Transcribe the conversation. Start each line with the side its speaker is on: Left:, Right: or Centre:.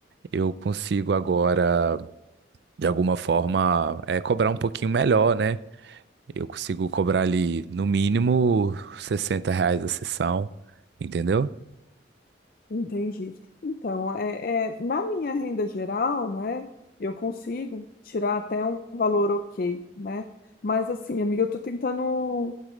Right: eu consigo agora, de alguma forma, é, cobrar um pouquinho melhor, né? Eu consigo cobrar ali, no mínimo, 60 reais a sessão, entendeu?
Left: entendi. Então, é, é, na minha renda geral, né, eu consigo tirar até um valor ok, né? Mas assim, amiga, eu tô tentando